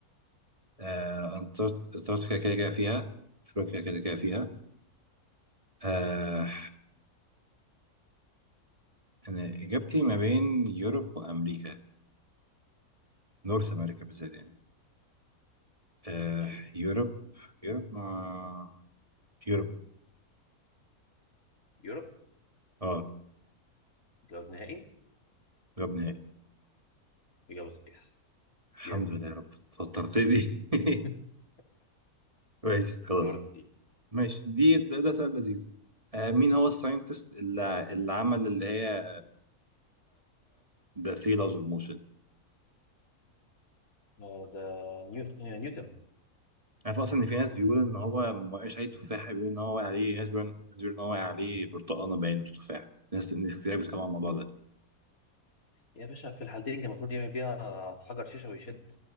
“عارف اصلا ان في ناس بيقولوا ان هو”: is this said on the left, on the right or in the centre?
Right